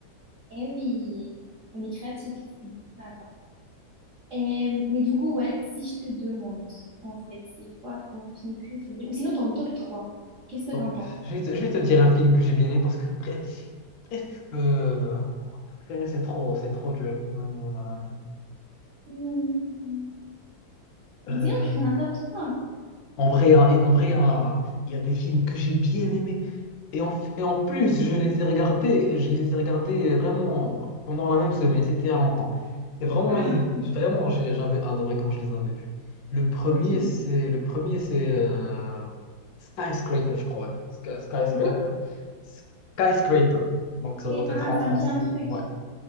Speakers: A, on the right; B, on the left.
A: Eh oui, on est créatif ici. Attends. Et, mais du coup, ouais, si je te demande, en fait, c'est quoi ton film préféré? Ou sinon, ton top trois qu'est-ce que
B: Bon,
A: t'en penses?
B: je vais te, je vais te dire un film que j'ai bien aimé parce que bref, bref, euh, c'est trop, c'est trop dur. Euh,
A: Hmm.
B: euh,
A: Ou Sinon, tu fais un top trois
B: En vrai, hein, et en vrai, hein, il y a des films que j'ai bien aimés. Et en, f- et en plus, je les ai regardés, je les ai regardés euh, vraiment pendant la même semaine, c'était il y a longtemps. Et vraiment,
A: Ah,
B: il-
A: ok.
B: vraiment, j'ai- j'avais adoré quand je les avais vus. Le premier,
A: Ok.
B: c'est le premier, c'est euh, Skyscraper, je crois. Sky- Skyscraper.
A: C'est quoi?
B: Skyscraper. Donc ça
A: Ok.
B: doit être
A: Ah,
B: en
A: ça
B: français.
A: me dit un truc.
B: Ouais.